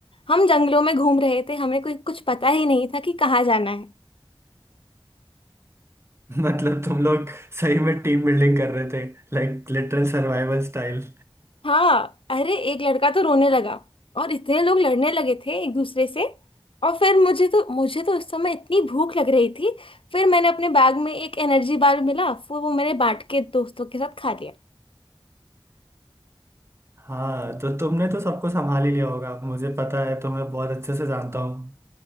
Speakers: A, on the left; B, on the right.
A: हम जंगलों में घूम रहे थे हमें कोई कुछ पता ही नहीं था कि कहाँ जाना है
B: <laughs> मतलब तुम लोग सही में टीम बिल्डिंग कर रहे थे Like literal survival style
A: हाँ अरे एक लड़का तो रोने लगा और इतने लोग लड़ने लगे थे एक दूसरे से और फिर मुझे तो मुझे तो उस समय इतनी भूख लग रही थी फिर मैंने अपने बैग में एक एनर्जी बार मिला फिर वो मैंने बांट के दोस्तों के साथ खा लिया
B: हाँ तो तुमने तो सबको संभाल ही लिया होगा मुझे पता है तुम्हें बहुत अच्छे से जानता हूँ